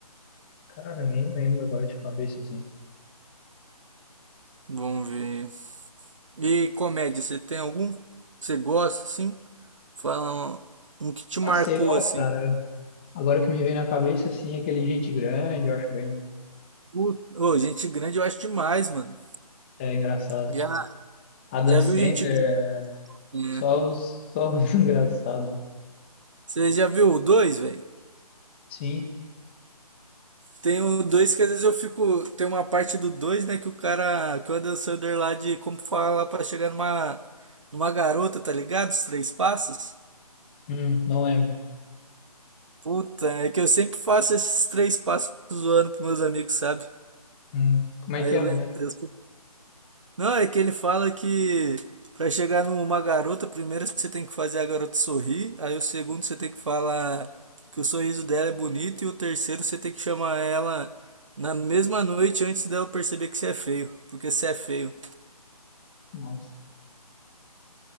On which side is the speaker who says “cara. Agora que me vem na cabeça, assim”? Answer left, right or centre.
Left